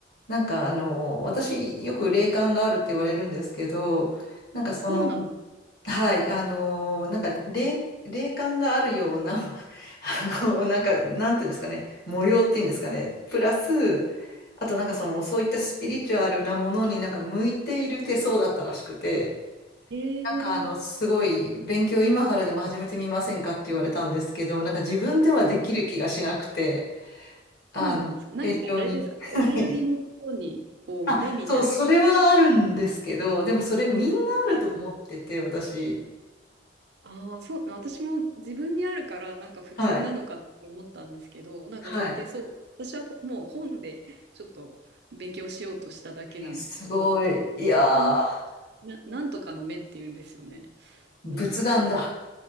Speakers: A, on the left (about 55°); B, on the right (about 60°).
A: なんか、あの、私、よく霊感があるって言われるんですけど、なんかその、
B: あ、そうなんだ。
A: はい、あのーなんか霊、霊感があるような <laughs> あのーなんか、なんていうんですかね、模様っていうんですかね、プラス、あとなんかその、そういったスピリチュアルなものになんか向いている手相だったらしくて、
B: えー、
A: なんかあの、すごい勉強今からでも始めてみませんかって言われたんですけど、なんか自分ではできる気がしなくて、あの、
B: そうなんですか。なんかあれですか。
A: 成長に。<laughs>
B: 親指のところに、こう、
A: あ、
B: 目みたい
A: そう、それはあるんですけど、でもそれみんなあると思ってて、
B: な。ある。
A: 私。
B: ああ、そう、私も自分にあるから、なんか普通なのかって思ったんですけど、
A: はい。
B: なんかその手相、
A: はい。
B: 私はもう本でちょっと勉強しようとしただけなんですけど、
A: えすごい。
B: そ
A: いやー、
B: れみな、なんとかの目っていうんですよね。
A: 仏眼だ。
B: なんか忘